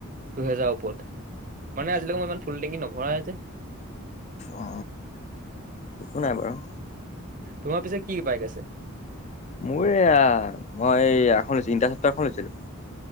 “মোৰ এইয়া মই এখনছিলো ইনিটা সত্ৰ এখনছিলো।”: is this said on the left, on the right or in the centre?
Left